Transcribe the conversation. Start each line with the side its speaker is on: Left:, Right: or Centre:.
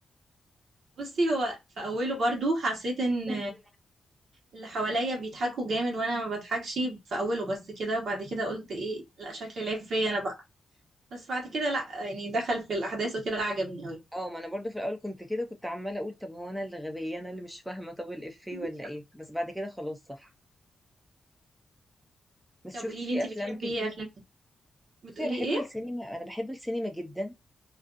Right: بصي هو في أوله برضو حسيت ان
Centre: <laughs>
Right: اللي حواليا بيضحكوا جامد وانا ما بضحكش في أوله بس كده وبعد كده قلت ايه لا شكلي لعب فيا انا بقى بس بعد كده لا يعني دخل في الأحداث وكده عجبني
Centre: اه ما انا برضو في الاول كنت كده كنت عمالة اقول طب هو انا اللي غبية انا اللي مش فاهمة طب الافيه
Right: أوي
Centre: ولا ايه بس بعد كده خلاص صح بس
Right: طب
Centre: شفتي
Right: قولي
Centre: في
Right: لي انت
Centre: افلام
Right: بتحبي
Centre: كتير
Right: ايه افلام كده؟ بتقولي
Centre: بصي انا بحب
Right: ايه
Centre: السينما انا بحب السينما جدا